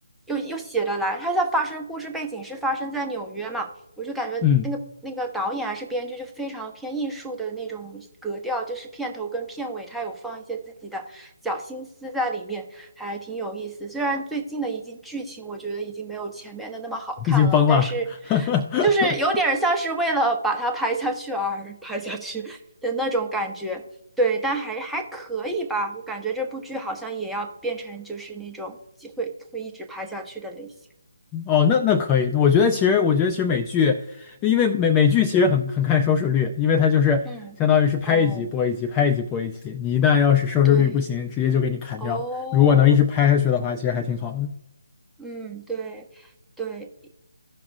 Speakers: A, in the centre; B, on the left (about 15°).
A: 又又写得来。他在发生故事背景是发生在纽约嘛。我就感觉那个那个导演还是编剧就非常偏艺术的那种格调，
B: 嗯。
A: 就是片头跟片尾他有放一些自己的小心思在里面，还挺有意思。虽然最近的一季剧情我觉得已经没有前面的那么好看了，
B: 已经崩了。
A: 但是
B: <laughs>
A: 就是有点像是为了把它拍下去而拍下去 <laughs> 的那种感觉。对，但还还可以吧，我感觉这部剧好像也要变成就是那种会会一直拍下去的类型。
B: 哦，那那可以，我觉得其实，我觉得其实美剧，因为美美剧其实很很看收视率，因为它就是相当于是拍一集播一集，
A: 嗯，哦，
B: 拍一集播一集。你一旦要是收视率不行，
A: 对。
B: 直接就给你砍掉。
A: 哦，
B: 如果能一直拍下去的话，其实还挺好的。
A: 嗯，对，对，